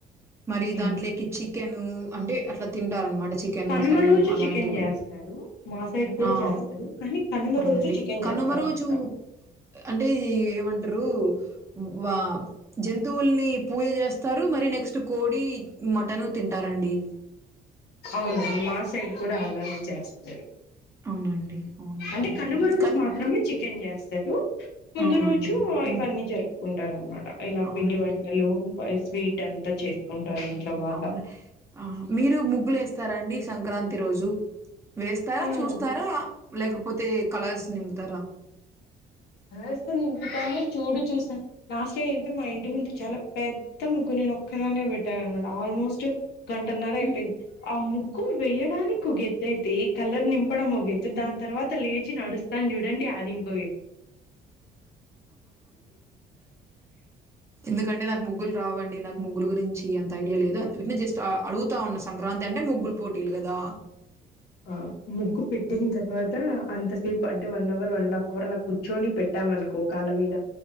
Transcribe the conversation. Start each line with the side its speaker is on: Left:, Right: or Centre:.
Right: మరి దాంట్లోకి
Left: ఉమ్.
Right: చికెన్ అంటే అట్లా తింటార అనమాట చికెన్
Left: కనుమ
Right: మటన్
Left: రోజు
Right: అలాంటివి
Left: చికెన్ చేస్తారు మా సైడ్ కూడా
Right: ఆ
Left: చేస్తరు కానీ కనుమ
Right: అవునండి
Left: రోజు చికెన్
Right: కనుమ
Left: చేస్తారనమాటా
Right: రోజు అంటే ఏమంటారు వా జంతువుల్ని పూజ చేస్ తారు మరి నెక్స్ట్ కోడి మటన్ తింటారండి
Left: అవును మా సైడ్ కూడా అలానే చేస్తారు
Right: అవునండి అవును
Left: అంటే
Right: హ్మ్.
Left: కనుమ రోజు
Right: కానీ
Left: మాత్రమే చికెన్ చేస్తారు ముందు
Right: అవునండి
Left: రోజు
Right: హ్మ్.
Left: ఇవన్నీ జరు కుంటారు అనమాట ఇలా
Right: అవునండి
Left: పిండి వంటలు స్వీట్ అంతా చేసుకుంటారు ఇంట్లో బాగా
Right: అవున అవును మీరు ముగ్గులు వేస్తారాండి సంక్రాంతి రోజు వేస్తారా
Left: అవునండి
Right: చూస్తారా లేకపోతే కలర్స్ నింపుతారా
Left: అలాస్త నింపుతాను చూడు చూసాను లాస్ట్ ఇయర్ అయితే మా ఇంటి ముందు చాలా పెద్ద ముగ్గు నేను ఒక్కదానే పెట్టా అనమాట ఆల్మోస్ట్ గంటన్నర అయిపేంది
Right: హ్మ్.
Left: ఆ ముగ్గు వేయడానికి ఒక ఎత్తయితే కలర్ నింపడం ఓగేత్తు దాని తర్వాత లేచి నడుస్త తం చూడండి అది ఇంకో
Right: ఎందుకంటే నాకు ముగ్గులు రావండి నాకు ముగ్గులు గురించి అంత ఐడియా లేదు జస్ట్ అడుగు పతా ఉన్న సంక్రాంతి అంటే ముగ్గులు పోటీలు కదా
Left: ఆ ముగ్గు పెట్టిన తర్వాత అంత సేపు అంటే one hour one and half hour అలా కూర్చ చొని పెట్టామనుకో కాల మీద